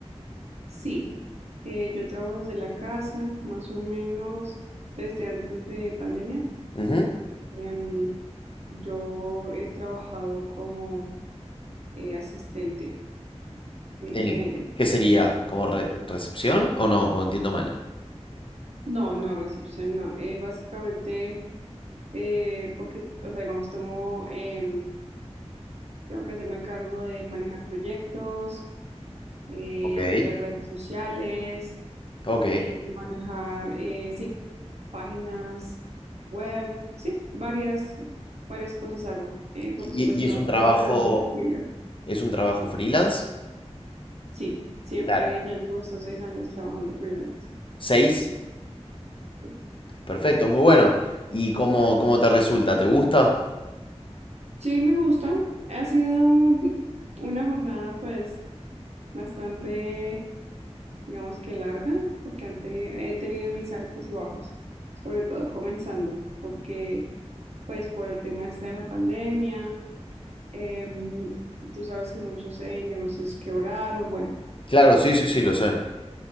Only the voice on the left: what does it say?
Ujú.
Eh,
¿Qué sería? ¿Como re- recepción o no? ¿O entiendo mal?
ok.
Ok.
¿Y,
y- y
es un
trabajo,
es un trabajo freelance?
claro.
¿Seis?
Perfecto, muy bueno. ¿Y cómo, cómo te resulta? ¿Te gusta?
Claro, sí, sí, sí, lo sé.